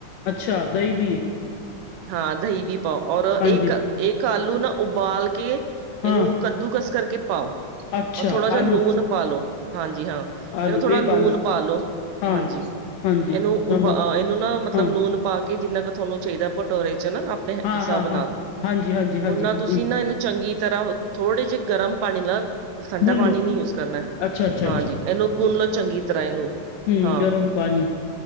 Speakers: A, on the left; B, on the right.
A: ਅੱਛਾ ਦਹੀਂ ਵੀ ਏ
B: ਹਾਂ ਦਹੀਂ ਵੀ ਪਾਓ ਔਰ
A: ਹਾਂਜੀ
B: ਇੱਕ ਇੱਕ ਆਲੂ ਨਾ ਉਬਾਲ ਕੇ ਇਹਨੂੰ
A: ਹਾਂ
B: ਕੱਦੂਕਸ ਕਰਕੇ ਪਾਓ
A: ਅੱਛਾ
B: ਰ ਥੋੜਾ ਜਿਹਾ
A: ਆਲੂ
B: ਨੂਨ ਪਾਾਲ ਲੋ ਹਾਂਜੀ ਹਾਂ
A: ਆਲੂ
B: ਇਹਨੂੰ ਥੋੜ੍ਹਾ
A: ਇੱਕ
B: ਨੂਨ
A: ਆਲੂ
B: ਪਾਾਲ ਲੋ
A: ਹਾਂ।
B: ਹਾਂਜੀ
A: ਹਾਂਜੀ
B: ਇਹਨੂੰ
A: ਨਮਕ
B: ਇਹਨੂੰ ਨਾ ਮਤਲਬ
A: ਹਾਂ
B: ਲੂਨ ਪਾ ਕੇ ਜਿੰਨਾ ਕੁ ਤੁਹਾਨੂੰ ਚਾਹੀਦਾ ਭਟੋਰੇ ਚ ਨਾ ਆਪਣੇ
A: ਹਾਂ
B: ਹਿਸਾਬ
A: ਹਾਂ
B: ਨਾਲ
A: ਹਾਂ ਹਾਂਜੀ ਹਾਂਜੀ ਹਾਂਜੀ
B: ਓਨਾ ਤੁਸੀਂ
A: ਹੂੰ
B: ਨਾ ਇਹਨੂੰ ਚੰਗੀ ਤਰ੍ਹਾਂ ਥੋੜੇ ਜਿਹੇ ਗਰਮ ਪਾਣੀ ਨਾਲ ਠੰਡਾ
A: ਗੁੰਨ
B: ਪਾਣੀ
A: ਲੋ
B: ਨੀ ਯੂਜ ਕਰਨਾ
A: ਅੱਛਾ ਅੱਛਾ
B: ਹਾਂਜੀ ਇਹਨੂੰ ਗੁਣ ਲਓ ਚੰਗੀ ਤਰ੍ਹਾਂ ਇਹਨੂੰ
A: ਹਮ
B: ਹਾਂ
A: ਗਰਮ ਪਾਣੀ